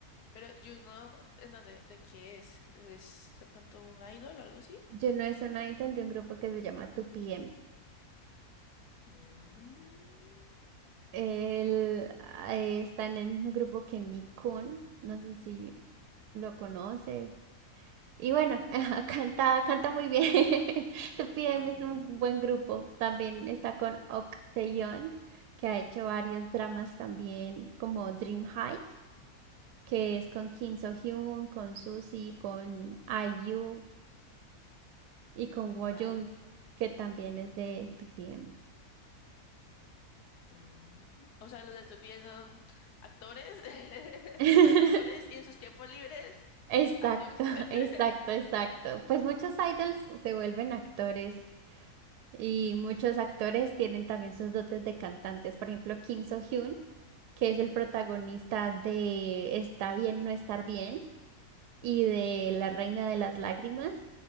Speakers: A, on the left; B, on the right.
A: Pero Juno, ¿en dónde? ¿De qué es? ¿Es de pronto un idol o algo así?
B: Juno es un idol de un grupo que se llama 2PM.
A: Mm,
B: Él ah, eh, está en el mismo grupo que Nikon, no sé si lo conoces. Y bueno, <laughs> canta, canta muy bien. <laughs> 2PM
A: a
B: es
A: ver,
B: un buen grupo. También está con Ok Taeyeon, que ha hecho varios dramas también, como Dream High. que es con Kim So-hyun, con Suzy, con IU y con Woyung,
A: con IU.
B: que también es de 2PM.
A: Mm, O sea, los de tu pie son actores, <laughs>
B: <laughs>
A: actores y en sus tiempos libres,
B: Exacto,
A: idols.
B: <laughs>
A: <laughs>
B: exacto, exacto. Pues muchos idols se vuelven actores y muchos actores tienen también sus dotes de cantantes. Por ejemplo, Kim So-hyun, que es el protagonista de Está bien, no estar bien. y de La Reina de las Lágrimas